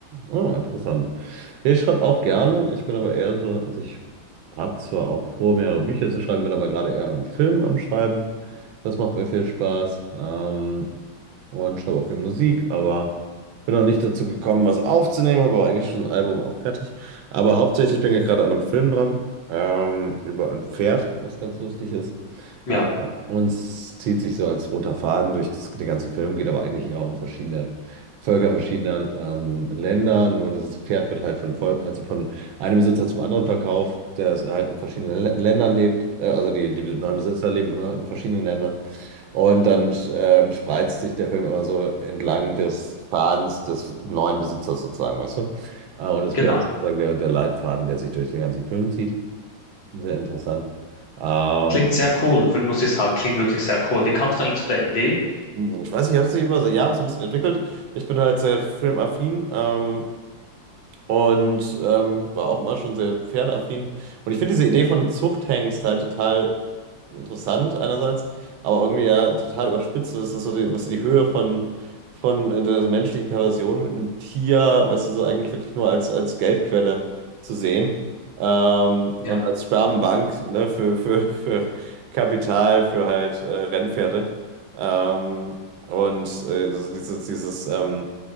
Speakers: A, on the right; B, on the left.
A: Oh, interessant. Ja, ich schreibe auch gerne. Ich bin aber eher so, also ich habe zwar auch vor, mehrere Bücher zu schreiben, bin aber gerade eher an einem Film am Schreiben. Das macht mir viel Spaß. Ähm, und schreibe auch viel Musik, aber bin noch nicht dazu gekommen, was aufzunehmen, habe aber eigentlich schon ein Album auch fertig. Aber hauptsächlich bin ich gerade an einem Film dran, ähm, über ein Pferd, was ganz lustig ist.
B: Ja,
A: Ähm, und es zieht sich so als roter Faden durch das, den ganzen Film, geht aber eigentlich eher um verschiedene Völker verschiedener ähm, Länder. Nur dieses Pferd wird halt von, Vol- also von einem Besitzer zum anderen verkauft, der es halt in verschiedenen Lä- Ländern lebt. Äh, also die, die neuen Besitzer leben immer in verschiedenen Ländern. Und dann ähm, spreizt sich der Film immer so entlang des Fadens des neuen Besitzers sozusagen, weißt du? Äh, und das
B: genau.
A: Pferd ist sozusagen der, der Leitfaden, der sich durch den ganzen Film zieht. Sehr interessant. Ähm,
B: Klingt sehr cool, muss ich sagen. Klingt wirklich sehr cool. Wie kam es eigentlich zu der Idee?
A: ich weiß nicht, ich habe es sich über die Jahre so ein bisschen entwickelt. Ich bin halt sehr filmaffin. Ähm, Und ähm, war auch immer schon sehr pferdeaffin. Und ich finde diese Idee von einem Zuchthengst halt total interessant einerseits, aber irgendwie ja total überspitzt. Das ist so die, was die Höhe von, von äh, der menschlichen Perversion mit einem Tier, weißt du, so eigentlich wirklich nur als, als Geldquelle zu sehen. Ähm,
B: Ja,
A: und als Spermenbank, ne, für, für, für Kapital, für halt äh, Rennpferde. Ähm, und äh, also dieses, dieses ähm,